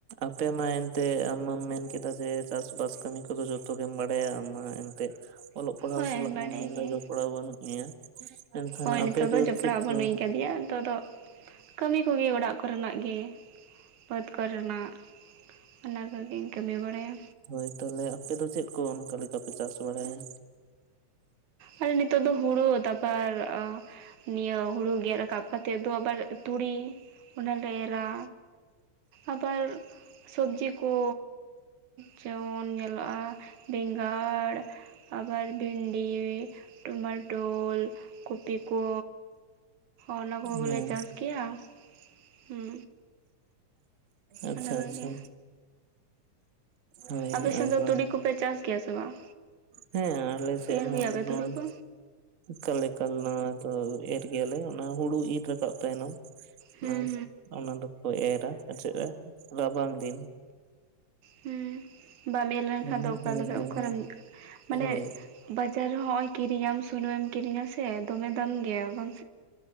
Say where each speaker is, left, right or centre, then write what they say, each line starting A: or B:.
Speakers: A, on the right; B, on the right.
A: ᱟᱯᱮ ᱢᱟ ᱮᱱᱛᱮ ᱟᱢᱟᱢ ᱢᱮᱱ ᱠᱮᱫᱟ ᱡᱮ ᱪᱟᱥᱵᱟᱥ ᱠᱟᱹᱢᱤ ᱠᱚᱫᱚ ᱡᱚᱛᱚ ᱜᱮᱢ ᱵᱟᱲᱟᱭᱟ᱾ ᱟᱢ ᱢᱟ ᱮᱱᱛᱮᱜ᱾ ᱚᱞᱚᱜ ᱯᱟᱲᱦᱟᱣ
B: ᱦᱳᱭ
A: ᱥᱟᱞᱟᱜ
B: ᱵᱟᱰᱟᱭ
A: ᱢᱟ ᱢᱮᱱᱫᱟ
B: ᱜᱮ
A: ᱡᱚᱯᱲᱟᱣ ᱵᱟᱹᱱᱩᱜ ᱢᱮᱭᱟ᱾ ᱮᱱᱠᱷᱟᱱ
B: ᱦᱳᱭ ᱱᱤᱛᱚᱜ
A: ᱟᱯᱮ ᱫᱚ
B: ᱡᱚᱯᱲᱟᱣ
A: ᱪᱮᱫ
B: ᱵᱟᱹᱱᱩᱧ
A: ᱠᱚᱼᱼ
B: ᱠᱟᱫᱮᱭᱟ ᱱᱤᱛᱚᱜ ᱫᱚ, ᱠᱟᱹᱢᱤ ᱠᱚᱜᱮ ᱚᱲᱟᱜ ᱠᱚᱨᱮᱱᱟᱜ ᱜᱮᱼᱼ ᱵᱟᱹᱫᱽ ᱠᱚ ᱨᱮᱱᱟᱜ᱾ ᱚᱱᱟ ᱠᱚᱜᱮᱧ ᱠᱟᱹᱢᱤ ᱵᱟᱲᱟᱭᱟ᱾
A: ᱦᱳᱭ ᱛᱟᱦᱚᱞᱮ ᱟᱯᱮ ᱫᱚ ᱪᱮᱫ ᱠᱚ ᱚᱱᱠᱟ ᱞᱮᱠᱟ ᱯᱮ ᱪᱟᱥ ᱵᱟᱲᱟᱭᱟ?
B: ᱟᱨ ᱱᱤᱛᱚᱜ ᱫᱚ ᱦᱩᱲᱩ, ᱛᱟᱨᱯᱚᱨᱼᱼ ᱱᱤᱭᱟᱹ ᱦᱩᱲᱩ ᱜᱮᱫ ᱨᱟᱠᱟᱵ ᱠᱟᱛᱮᱫ ᱫᱚ ᱟᱵᱟᱨ ᱛᱩᱲᱤ᱾ ᱚᱱᱟᱞᱮ ᱮᱨᱟ, ᱟᱵᱟᱨ ᱥᱚᱵᱽᱡᱤ ᱠᱚ᱾ ᱡᱮᱢᱚᱱ ᱧᱮᱞᱚᱜᱼᱟ ᱵᱮᱸᱜᱟᱲ, ᱟᱵᱟᱨ ᱵᱷᱤᱱᱰᱤ᱾ ᱴᱚᱢᱟᱴᱳᱞ, ᱠᱚᱯᱤ ᱠᱚ, ᱚᱱᱟ ᱠᱚᱜᱮᱞᱮ
A: ᱦᱮᱸ
B: ᱪᱟᱥᱼᱼ ᱜᱮᱭᱟ ᱾ ᱦᱩᱸ
A: ᱟᱪᱪᱷᱟ,
B: ᱚᱱᱟ ᱠᱚᱜᱮ
A: ᱟᱪᱪᱷᱟ᱾ ᱦᱳᱭ
B: ᱟᱯᱮ ᱥᱮᱱ
A: ᱟᱫᱚ
B: ᱫᱚ ᱛᱩᱲᱤ ᱠᱚᱯᱮ ᱪᱟᱥ ᱜᱮᱭᱟ ᱥᱮ ᱵᱟᱝ?
A: ᱦᱮᱸ ᱟᱞᱮ ᱥᱮᱫ
B: ᱮᱨ
A: ᱦᱚᱸ
B: ᱜᱮᱭᱟᱯᱮ
A: ᱱᱚᱜᱚᱭ᱾
B: ᱛᱩᱲᱤ ᱠᱚ
A: ᱠᱟᱠᱟᱞ ᱱᱚᱣᱟ ᱫᱚ ᱮᱨ ᱜᱮᱭᱟᱞᱮ ᱚᱱᱟ ᱦᱩᱲᱩ ᱤᱨ ᱨᱟᱠᱟᱵ ᱛᱟᱭᱱᱟ
B: ᱦᱩᱸ
A: ᱾ ᱚᱱᱟ ᱫᱚᱠᱚ ᱮᱨᱟ ᱟᱨ ᱪᱮᱫ ᱨᱟᱵᱟᱝ ᱫᱤᱱ
B: ᱦᱩᱸ ᱵᱟᱝᱟᱢᱮ ᱞᱮᱱᱠᱷᱟᱱ
A: ᱦᱮᱸ
B: ᱫᱚ ᱚᱠᱟᱮᱠᱟ
A: ᱦᱮᱸ ᱦᱮᱸ
B: ᱚᱠᱟᱨᱮᱢ ᱢᱟᱱᱮ
A: ᱦᱳᱭ
B: ᱵᱟᱡᱟᱨ ᱨᱮᱦ ᱦᱚᱸᱜ ᱚᱭ ᱠᱤᱨᱤᱧᱟᱢ ᱥᱩᱱᱩᱢᱮ ᱮᱢ ᱠᱤᱨᱤᱧᱟ ᱥᱮ ᱫᱚᱢᱮ ᱫᱟᱢ ᱜᱮᱭᱟ ᱵᱟᱝ